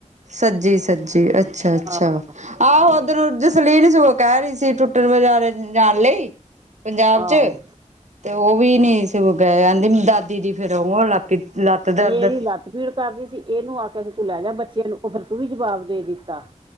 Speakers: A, on the right; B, on the right.
A: ਸੱਜੀ-ਸੱਜੀ, ਅੱਛਾ-ਅੱਛਾ।
B: ਆਹ
A: ਆਹੋ ਓਧਰ ਨੂੰ ਜਸਲੀਨ ਸਗੋਂ ਕਹਿ ਰਹੀ ਸੀ, ਟੁੱਟਣ ਬਜ਼ਾਰੇ ਜਾਣ ਲਈ ਪੰਜਾਬ
B: ਆਹੋ
A: ਚ, ਤੇ ਉਹ ਵੀ ਨੀ ਸਗੋਂ ਗਏ, ਕਹਿੰਦੀ ਦਾਦੀ ਦੀ ਫਿਰ ਉਹ ਹੋਣ ਲੱਗ ਕਿਸ ਲੱਤ ਦਰਦ
B: ਮੇਰੀ ਲੱਤ ਪੀੜ ਕਰਦੀ ਸੀ, ਇਹਨੂੰ ਆਖਿਆ ਕਿ ਤੂੰ ਲੈ ਜਾ ਬੱਚਿਆਂ ਨੂੰ, ਉਹ ਫੇਰ ਤੂੰ ਵੀ ਜਵਾਬ ਦੇ ਦਿੱਤਾ।